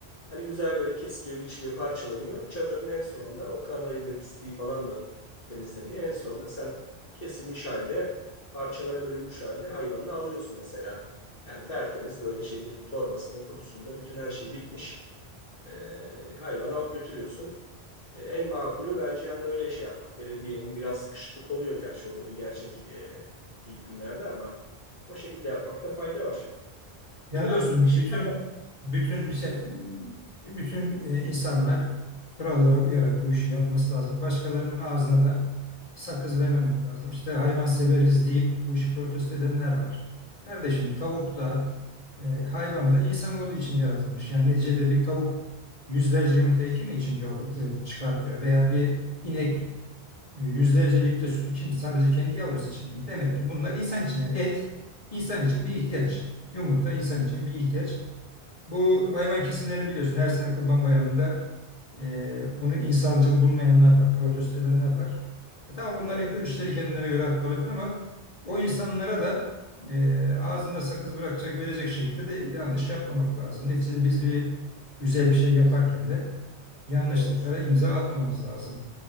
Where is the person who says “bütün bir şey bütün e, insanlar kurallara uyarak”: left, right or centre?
Left